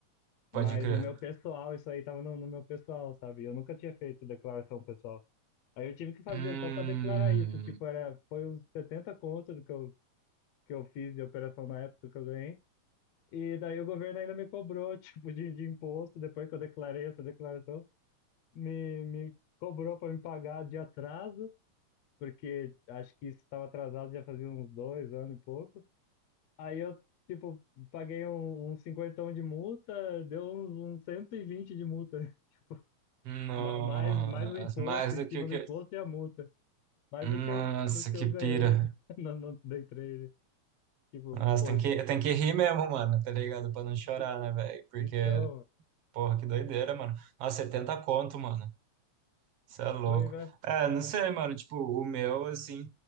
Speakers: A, on the left (about 70°); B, on the right (about 60°).
A: mas
B: pode crer.
A: no meu pessoal isso aí tava no, no meu pessoal, sabe? Eu nunca tinha feito declaração pessoal. Aí eu tive que fazer
B: Hum,
A: só para declarar isso, tipo, era foi uns 70 contos do que eu que eu fiz de operação na época que eu ganhei. E daí o governo ainda me cobrou, <laughs> tipo, de, de imposto, depois que eu declarei essa declaração me, me cobrou para me pagar de atraso, porque acho que isso estava atrasado já fazia uns dois anos e pouco. Aí eu, tipo, paguei um, um cinquentão de multa, deu uns, uns 120 de multa, <laughs>
B: nossa,
A: Ma- mais, mais o imposto,
B: mais
A: em
B: do
A: cima
B: que o
A: do
B: que.
A: imposto e a multa. Mais
B: Nossa,
A: do que eu, do que
B: que
A: eu ganhei
B: pira.
A: <laughs> no, no day trade. Tipo,
B: Nossa,
A: foi
B: tem que,
A: por.
B: tem que rir mesmo, mano, tá ligado? Pra não chorar,
A: Tipo,
B: né, velho? Porque,
A: então,
B: porra, que doideira, mano. Nossa, 70 conto, mano. Você é louco.
A: foi, né?
B: É, não sei, mano. Tipo, o meu, assim,